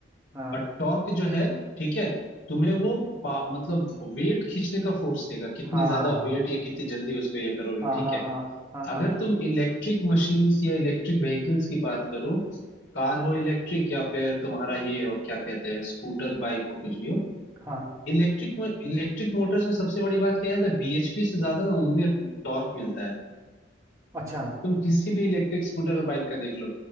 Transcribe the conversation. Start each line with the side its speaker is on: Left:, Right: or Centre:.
Right: हाँ
Left: और टॉर्क जो है ठीक है तुम्हें वो पा- मतलब वेट खींचने का फोर्स देगा कितनी
Right: हाँ
Left: ज्यादा वेट या कितनी जल्दी उसको ये करोगे
Right: हाँ
Left: ठीक
Right: हाँ
Left: है
Right: हाँ हाँ
Left: अगर
Right: हाँ
Left: तुम इलेक्ट्रिक मशीन्स या इलेक्ट्रिक व्हीकल्स की बात करो कार हो इलेक्ट्रिक या फिर तुम्हारा ये हो क्या कहते हैं स्कूटर बाइक हो कुछ भी हो
Right: हाँ
Left: इलेक्ट्रिक इलेक्ट्रिक मोटर्स में सबसे बड़ी बात क्या है बीएचपी से ज्यादा ना उनमें टॉर्क मिलता है
Right: अच्छा
Left: तुम किसी भी इलेक्ट्रिक स्कूटर और बाइक का देख लो